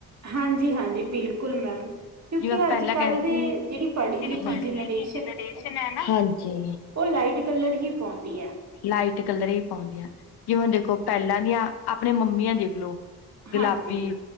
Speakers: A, on the right; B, on the left.
A: ਹਾਂਜੀ -ਹਾਂਜੀ ਬਿਲਕੁਲ ਮੈਮ ਕਿਉਂਕਿ
B: ਜਿਵੇਂ
A: ਅੱਜ-ਕੱਲ੍ਹ
B: ਪਹਿਲਾਂ ਕਹਿੰਦੇ
A: ਦੇ
B: ਸੀ
A: ਜਿੜੀ ਪੜ੍ਹੀ-ਲਿਖੀ
B: ਜਿਹੜੀ ਪੜ੍ਹੀ
A: ਜਨਰੇ
B: ਲਿਖੀ ਜਨਰੇਸ਼ਨ ਹੈਨਾ ਹਾਂਜੀ।
A: ਉਹ ਲਾਈਟ ਕਲਰ ਹੀ ਪਾਉਂਦੀ ਹੈ
B: ਲਾਈਟ ਕਲਰ ਹੀ ਪਾਉਂਦੀਆਂ ਜਿਵੇਂ ਹੁਣ ਦੇਖੋ ਪੈਲਾਂ ਦੀਆਂ ਆ ਅਪਣੇ ਮੰਮੀਆਂ ਦੇਖ ਲੋ। ਗੁਲਾਬੀ,
A: ਹਾਂਜੀ